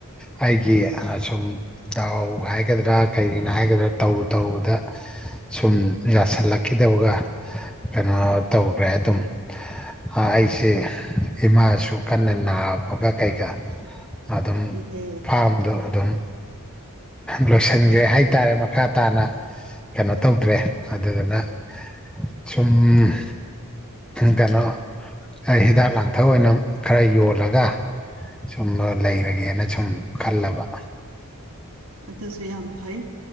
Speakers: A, in the centre; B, on the right.
A: ꯑꯩꯒꯤꯁꯨꯝ ꯗꯎ ꯍꯥꯏꯒꯗ꯭ꯔꯥ ꯀꯩꯅ ꯍꯥꯏꯒꯗ꯭ꯔꯥ ꯇꯧꯔꯨ ꯇꯔꯨꯕꯗꯥ ꯁꯨꯝ ꯌꯥꯁꯜꯂꯛꯈꯤꯗꯕꯒ ꯀꯩꯅꯣ ꯇꯧꯈ꯭ꯔꯦ ꯑꯗꯨꯝ ꯑꯩꯁꯦ ꯏꯃꯥꯁꯨ ꯀꯟꯅ ꯅꯥꯕꯒ ꯀꯩꯒ ꯑꯗꯨꯝ
B: ꯏꯍꯦ
A: ꯐꯥꯔꯝꯗꯣ ꯑꯗꯨꯝ ꯂꯣꯏꯁꯤꯟꯒ꯭ꯔꯦ ꯍꯥꯏꯇꯥꯔꯦ ꯃꯈꯥ ꯇꯥꯅ ꯀꯩꯅꯣ ꯇꯧꯗ꯭ꯔꯦ ꯑꯗꯨꯗꯨꯅ ꯁꯨꯝ ꯀꯩꯅꯣ ꯍꯤꯗꯥꯛ ꯂꯥꯡꯊꯛ ꯑꯣꯏꯅ ꯈꯔ ꯌꯣꯜꯂꯒ ꯁꯨꯝ ꯂꯩꯔꯒꯦꯅ ꯁꯨꯝ ꯈꯜꯂꯕ
B: ꯑꯗꯨꯁꯨ ꯌꯥꯝ ꯐꯩ